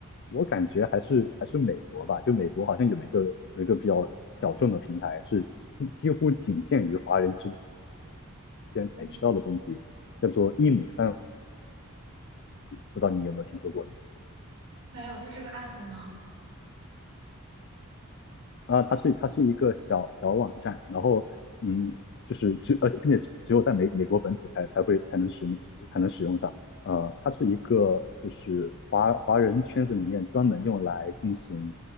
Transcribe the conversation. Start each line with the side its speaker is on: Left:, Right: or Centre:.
Right: 嗯，
Left: 我感觉还是还是美国吧。就美国好像有一个有一个比较小众的平台，是几几乎仅限于华人之间才知道的东西，
Right: 诶，
Left: 叫做一亩三分不知道你有没有听说过呢？
Right: 没有，这是个 app 吗？
Left: 啊，它是它是一个小小网站，然后嗯，就是只呃，并且只只有在美美国本土才才会才能使用才能使用上。呃，它是一个就是华华人圈子里面专门用来进行，